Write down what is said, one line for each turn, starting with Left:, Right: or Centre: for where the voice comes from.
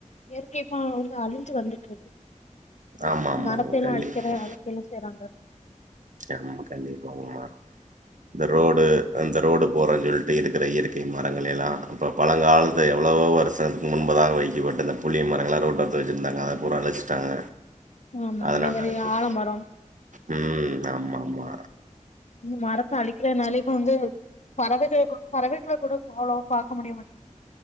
Left: இயற்கைக்கு வந்து அழிஞ்சு வந்துட்ருக்கு
Right: ஆமா ஆமா
Left: மரத்த எல்லா
Right: கண்டிப்பா
Left: அழிக்கிற அழிக்கல்லா செய்றாங்க
Right: ஆமா கண்டிப்பாங்மா இந்த ரோடு அந்த ரோடு போறான் சொல்ட்டு இருக்கற இயற்கை மரங்களை எல்லா அப்ப பழங்கால்த்து எவ்ளவோ வருஷத்து முன்பதாக வைக்கப்பட்டது புளிய மரங்கள ரோட்டோரத்த வெச்சிருந்தாங்க அத பூறா அழச்சு ட்டாங்க
Left: ஆமா
Right: அதனாலா
Left: அதே மாரி
Right: இப்ப
Left: ஆலமரம்
Right: ம் ஆமா ஆமா
Left: மு மரத்த அழிக்கறனால இப்ப வந்து பறவைகள் கூ பறவைகள கூட <unintelligible> பாக்க முடிய மாட்டி